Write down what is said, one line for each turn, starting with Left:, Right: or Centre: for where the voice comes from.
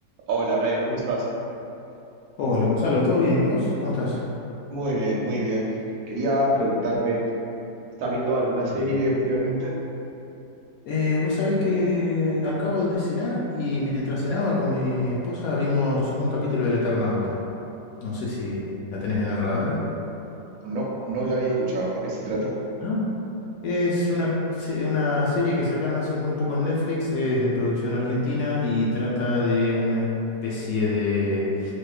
Right: Hola Brian, ¿cómo estás?
Left: Hola Gonzalo, ¿todo bien? ¿Y vos? ¿Cómo estás?
Right: Muy bien, muy bien. Quería preguntarte, ¿estás viendo alguna serie
Left: Bien.
Right: últimamente?
Left: Eh, vos sabés que acabo de cenar y mientras cenaba con mi esposa vimos un capítulo del Eternauta. No sé si la tenés en el radar.
Right: No, no la había escuchado. ¿De qué se trata?
Left: ¿No? Es una, se- una serie que sacaron hace muy poco en Netflix, es de producción argentina y trata de una especie de,